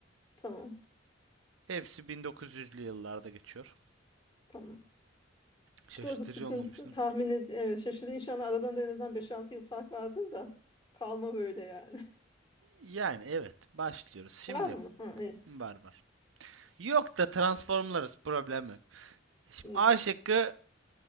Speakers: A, on the left (about 25°); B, on the right (about 75°).
A: Tamam.
B: Hepsi 1900'lü yıllarda geçiyor.
A: Tamam.
B: Şaşırtıcı
A: İşte orada sıkıntı
B: olmamıştı.
A: tahmin ed evet, şaşırdı. İnşallah aradan da en azından beş altı yıl fark vardır da kalma böyle yani.
B: Yani evet, başlıyoruz.
A: <laughs>
B: Şimdi
A: Var mı? Ha, iyi.
B: barbar. Yok da transformlarız, problem yok. Şimdi
A: Hı.
B: A şıkkı